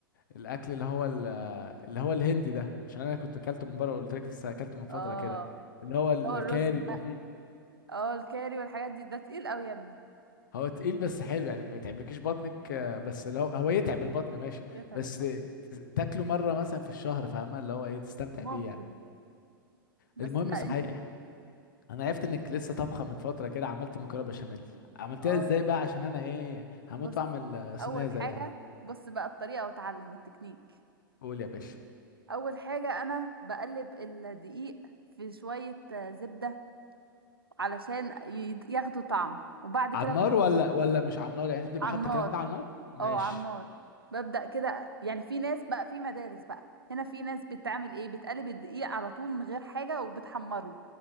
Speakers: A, on the left; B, on the right.
A: الاكل اللي هو ال- اللي هو الهندي ده عشان انا كنت اكلته من بره وقلت لك لسه اكلته من فتره
B: اه
A: كده اللي هو الكاري
B: اللي هو الرز الم-
A: بيبقى فيه
B: اه الكاري والحاجات دي ده تقيل قوي يا ابني
A: هو تقيل بس حلو يعني ما يتعبلكيش بطنك آه، بس لو هو يتعب البطن ماشي
B: يتعبها
A: بس ت- تاكله مره مثلا في الشهر فاهمه اللي هو ايه تستمتع
B: ممكن
A: بيه يعني
B: بس
A: المهم
B: لا
A: صحيح
B: انت
A: انا عرفت انك لسه طبخه من فتره كده عملت مكرونه بشاميل عملتها
B: اه
A: ازاي بقى عشان انا ايه هموت
B: بص
A: واعمل آه، صينيه
B: اول
A: زيها
B: حاجه بص بقى الطريقه واتعلم التكنيك
A: قول يا باشا
B: اول حاجة انا بقلب الدقيق في شوية آه، زبدة علشان ي- ياخدوا طعم وبعد كده
A: على النار ولا ولا مش على النار يعني انت بتبقى
B: على
A: حاطه
B: النار
A: الكلام ده على النار ماشي
B: اه على النار ببدأ كده يعني في ناس بقى في مدارس بقى هنا في ناس بتعمل ايه بتقلب الدقيق على طول من غير حاجة وبتحمره